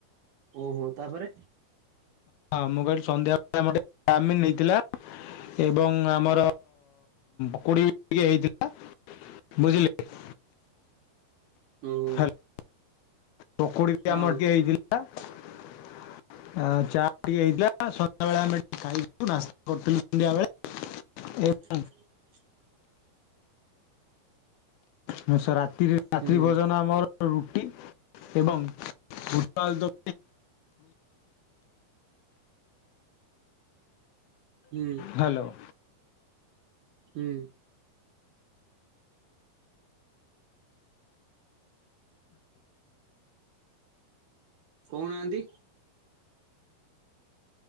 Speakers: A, on the right; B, on the left.
A: ଓହୋ ତାପରେ।
B: ହଁ ମୁଁ କହିଲି ସନ୍ଧ୍ୟାବେଳେ ଆମର ଟିକେ ଚାମିନ <unintelligible> ହେଇଥିଲା। ଏବଂ ଆମର ପକୁଡ଼ି ଟିକେ ହେଇଥିଲା। ବୁଝିଲେ।
A: ଓହୋ।
B: ହ୍ୟାଲୋ ପକୁଡ଼ି ବି
A: ହଁ
B: ଆମର ଟିକେ ହେଇଥିଲା। ଆ ଚା ଟିକେ ହେଇଥିଲା ସନ୍ଧ୍ୟାବେଳେ ଆମେ ଟିକେ ଖାଇଥିଲୁ <unintelligible> ନାସ୍ତା କରିଥିଲୁ ସନ୍ଧ୍ୟାବେଳେ ଏବଂ
A: <inaudible>
B: ମୁଁ ସା ରାତ୍ରି
A: ହୁଁ
B: ଭୋଜନ ଆମର ରୁଟି ଏବଂ ବୁଟ ଆଳୁଦମ୍!
A: ହୁଁ!
B: ହ୍ୟାଲୋ!
A: ହୁଁ! କହୁନାହାନ୍ତି!